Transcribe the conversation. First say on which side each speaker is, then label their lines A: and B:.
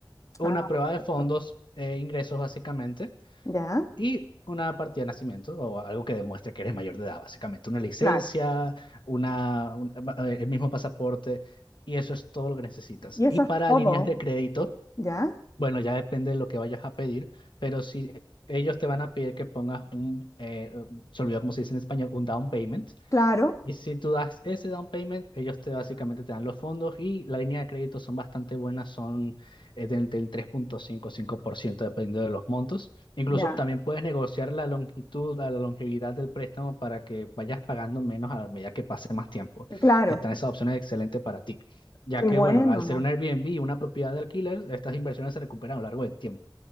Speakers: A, on the left (about 75°); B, on the left (about 40°).
A: una
B: ah,
A: prueba
B: perfecto.
A: de fondos e ingresos básicamente
B: Ya,
A: y una partida de nacimiento o algo que demuestre que eres mayor de edad, básicamente una licencia,
B: Claro.
A: una, un- eh, el mismo pasaporte y eso es todo lo que necesitas.
B: Y eso
A: Y para
B: es todo.
A: líneas de crédito.
B: ya,
A: Bueno, ya depende de lo que vayas a pedir, pero si ellos te van a pedir que pongas un, eh, se olvidó cómo se dice en español, un down payment,
B: claro,
A: y si tú das ese down payment, ellos te básicamente te dan los fondos y la línea de crédito son bastante buenas, son eh, del, del tres punto cinco, cinco por ciento dependiendo de los montos. Incluso
B: Ya.
A: también puedes negociar la longitud, la longevidad del préstamo para que vayas pagando menos a la medida que pase más tiempo.
B: claro,
A: Están esas opciones excelentes para ti, ya
B: qué
A: que
B: Ah, bueno.
A: bueno, al ser un Airbnb y una propiedad de alquiler, estas inversiones se recuperan a lo largo del tiempo.